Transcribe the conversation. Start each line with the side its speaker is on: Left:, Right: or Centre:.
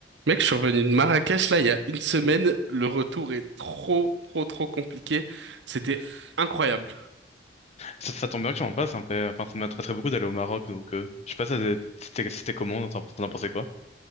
Right: Mec, je suis revenu de Marrakech là il y a une semaine. Le retour est trop, trop, trop compliqué. C'était incroyable.
Left: Ça, ça tombe bien que tu en passes un peu. Enfin, ça m'intéresserait beaucoup d'aller au Maroc, donc euh, je sais pas, ça devait- c'était c'était comment, t'en t'en pensais quoi?